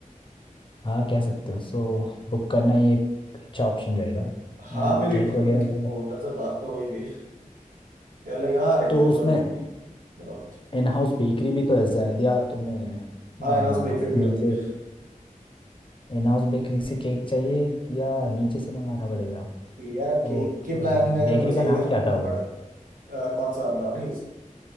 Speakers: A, on the left (about 35°); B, on the right (about 80°).
A: हाँ कह सकते हो सो बुक करना ही एक अच्छा ऑप्शन रहेगा
B: हाँ
A: एंड
B: मेरी
A: केक वगैरह
B: उनके
A: का
B: ओनर से बात तो हुई थी तो लाइक हाँ अरेंजमेंट्स
A: तो उसमें
B: हो जाएंगे बताओ
A: इन हाउस बेकरी भी तो है शायद या तुम्हें अ,
B: हाँ इन हाउस बेकरी भी
A: नीचे
B: होंगे
A: इन हाउस बेकरी से केक चाहिए या नीचे से मंगाना पड़ेगा
B: कि यार
A: वो
B: केक की प्लानिंग अगर
A: बेकरी
B: मुझे
A: का नाम
B: ही करनी
A: क्या था वो
B: पड़ अह, कौन सा ब्राउनीज